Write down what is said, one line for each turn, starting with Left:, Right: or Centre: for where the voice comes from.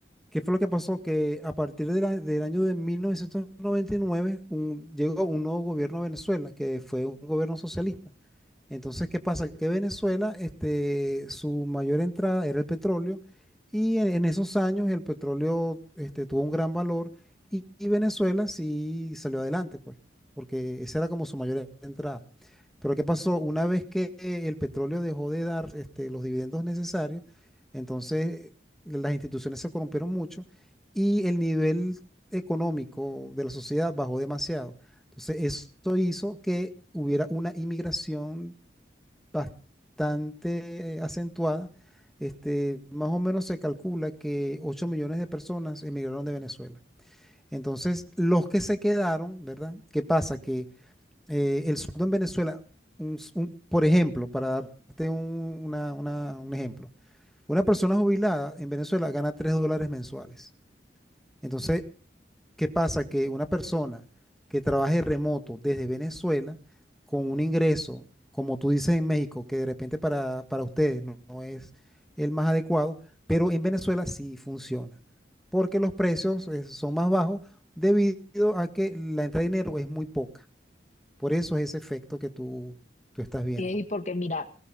Centre: ¿qué fue lo que pasó? Que a partir de la- del año de 1999 un- llegó un nuevo gobierno a Venezuela, que fue un gobierno socialista. Entonces, ¿qué pasa? Que Venezuela, este, su mayor entrada era el petróleo y en, en esos años el petróleo, este, tuvo un gran valor y, y Venezuela sí salió adelante, pues, porque esa era como su mayor entrada. Pero ¿qué pasó? Una vez que el petróleo dejó de dar, este, los dividendos necesarios, entonces eh, las instituciones se corrompieron mucho y el nivel económico de la sociedad bajó demasiado. Entonces, esto hizo que hubiera una inmigración bastante eh, acentuada. Este, más o menos se calcula que 8 millones de personas emigraron de Venezuela. Entonces, los que se quedaron, ¿verdad? ¿Qué pasa? Que eh, el sueldo en Venezuela, un s- un- por ejemplo, para darte un, una- una- un ejemplo, una persona jubilada en Venezuela gana 3 dólares mensuales. Entonces, ¿Qué pasa? Que una persona que trabaje remoto desde Venezuela con un ingreso, como tú dices en México, que de repente para, para ustedes no, no es el más adecuado, pero en Venezuela sí funciona, porque los precios eh, son más bajos debido a que la entrada de dinero es muy poca. Por eso es ese efecto que tú, tú estás viendo.
Left: Y porque mira,